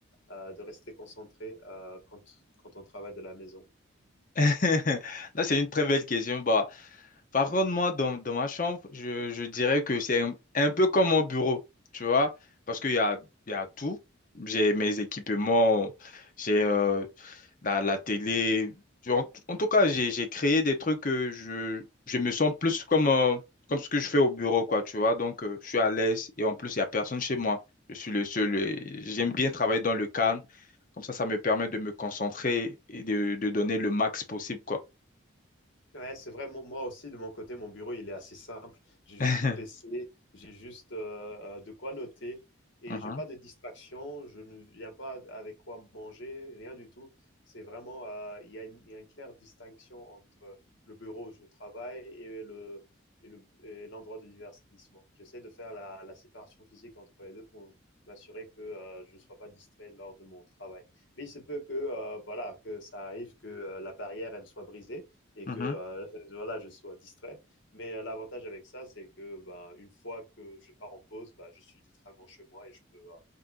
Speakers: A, on the left; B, on the left.
A: euh, de rester concentré euh, quand, quand on travaille de la maison.
B: <laughs> Là, c'est une très belle question. Bah, Par contre, moi, dans, dans ma chambre, je, je dirais que c'est un, un peu comme mon bureau, tu vois, parce qu'il y a, il y a tout. J'ai mes équipements, j'ai euh, la, la télé. Je- En, en tout cas, j'ai, j'ai créé des trucs que je, je me sens plus comme, euh, comme ce que je fais au bureau, quoi, tu vois. Donc, euh, je suis à l'aise et en plus, il n'y a personne chez moi. Je suis le seul. et J'aime bien travailler dans le calme. Comme ça, ça me permet de me concentrer et de, de donner le max possible, quoi.
A: Ouais, c'est vrai. Mo- Moi aussi, de mon côté, mon bureau, il est assez simple. J'ai juste
B: <laughs>
A: mon PC, j'ai juste euh, euh, de quoi noter et
B: Mhm,
A: j'ai pas de distraction. Je ne viens pas avec quoi manger, rien du tout. C'est vraiment, euh, il y a une, il y a une claire distinction entre le bureau où je travaille et le, et le, et l'endroit de divertissement. J'essaie de faire la, la séparation physique entre les deux pour m'assurer que euh, je ne sois pas distrait lors de mon travail. Mais il se peut que, euh, voilà, que ça arrive que euh, la barrière, elle soit brisée et que
B: mhm.
A: euh, <laughs> voilà, je sois distrait. Mais euh, l'avantage avec ça, c'est que ben, une fois que je pars en pause, ben, je suis littéralement chez moi et je peux euh,